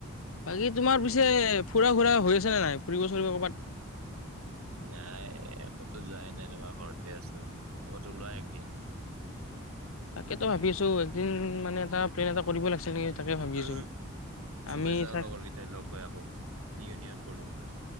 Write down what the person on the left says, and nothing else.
বাকী
তোমাৰ পিছে ফুৰা ঘুৰা হৈ আছে নে নাই, ফুৰিব চুৰিব ক'বাত।
তাকেতো ভাবি আছোঁ এদিন মানে এটা প্লেন এটা কৰিব লাগছে নেকি। তাকে ভাবি
আছোঁ,
আমি
চা,